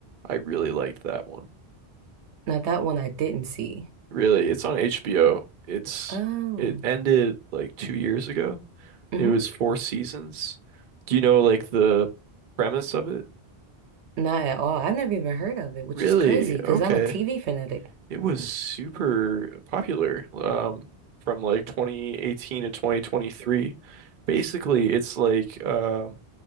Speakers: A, on the right; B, on the right.
A: I really liked that one.
B: Now that one I didn't see.
A: Really, it's on HBO. It's
B: Oh,
A: it ended like two years ago.
B: hmm
A: It was four seasons. Do you know like the premise of it?
B: Not at all. I've never even heard of it, which
A: Really?
B: is crazy because
A: Okay.
B: I'm a TV fanatic.
A: It was super popular um, from like 2018 to 2023. Basically, it's like um,